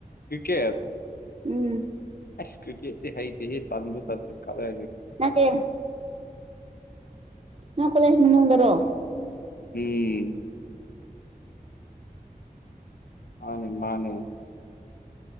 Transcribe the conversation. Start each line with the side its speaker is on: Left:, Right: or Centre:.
Left: ꯀꯔꯤꯀꯦꯠ
Right: ꯎꯝ
Left: ꯑꯁ ꯀ꯭ꯔꯤ ꯀꯦꯠ ꯍꯩꯗꯤ ꯍꯦ ꯇꯝꯕꯨ ꯇ ꯀꯂ
Right: ꯅꯠꯇꯦ꯫ ꯅꯣꯏꯀꯂꯦꯖꯃꯅꯨꯡꯗꯔꯣ
Left: ꯎꯝ ꯃꯥꯅꯦ ꯃꯥꯅꯦ